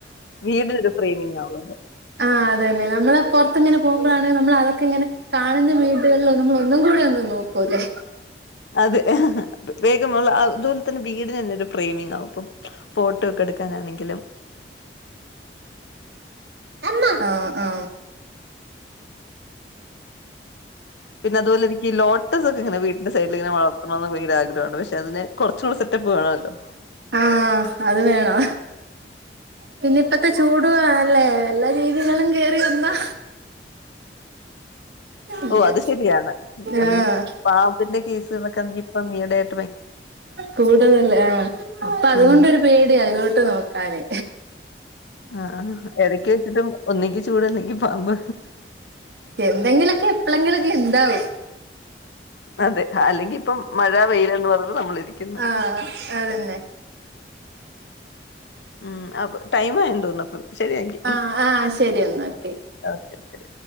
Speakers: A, on the left; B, on the right.
A: വീടിനൊരു പ്രെമിങ് ആവുത്
B: ആ അതെന്നെ നമ്മൾ പൊർത്ത് ങ്ങനെ പോകുമ്പോളാണ് നമ്മൾ അതൊക്കെ ഇങ്ങനെ കാണുന്ന വീടുകളിലൊക്കെ നമ്മൾ ഒന്നും കൂടിയൊന്ന് നോക്കും ല്ലെ
A: അതെ വേഗമുള്ള അതുപോലെ തന്നെ വീടിന് ഒരു ഫ്രെയിമിങ് ആകും ഇപ്പം ഫോട്ടോ ഒക്കെ എടുക്കാനാണെങ്കിലും
B: ആ ആ
A: പിന്നെ അതുപോലെ എനിക്ക് ഈ ലോ <unintelligible> ഇങ്ങനെവീട്ടി ന്റെ സൈഡിൽഇ ങ്ങന വളർത്തണതും <unintelligible> ലാണ് പക്ഷെ അതിനെ കൊർച്ചൂടെ സെറ്റപ്പ് വേണല്ലോ
B: ആ അത് വേണം പിന്നെ ഇപ്പ ത്തെ ചൂട വല്ലേ വല്ല ജീവകളും കേറി വന്നാ ഇങ്ങ്
A: ഓ അത് ശെരിയാണ് പിന്നെ
B: ആഹ്
A: പാമ്പിന്റെ കേസുകളൊക്കെ ഇപ്പ ഈയിടെ ആയി
B: കൂടുതല് ആ ഇപ്പ
A: ഉം
B: ത്കൊണ്ടൊരു പേടിയ അതിലോട്ട് നോക്കാന്
A: ആ എടക്ക് വച്ചിട്ടും ഒന്നെങ്കി ചൂട അല്ലെങ്കി പാമ്പ്
B: എന്തെങ്കിലൊക്കെ എപ്പളെങ്കിലൊക്ക ഇണ്ടാവും
A: അതെ അല്ലെങ്കി ഇപ്പം മഴ വെയിൽ എന്ന് പറഞ്ഞ് നമ്മൾ ഇരിക്ക്ന്ന്
B: ആഹ് അതന്നെ
A: ഉം അപ്പം ടൈം വേണം തോന്ന്ന്ന് അപ്പം ശരിയെങ്കി
B: ആ ആ ശരി എന്നാ ഓക്കെ
A: ഓക്കെ ശരി